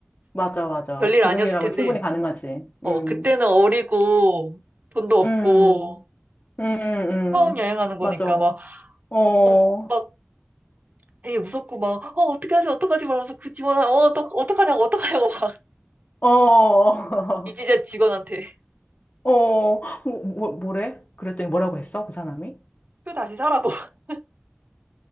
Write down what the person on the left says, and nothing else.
맞아, 맞아.
지금이라면
충분히 가능하지.
음,
음, 음, 음.
음.
맞아.
어,
어, <laughs>
어,
뭐, 뭐, 뭐래? 그랬더니 뭐라고 했어? 그 사람이?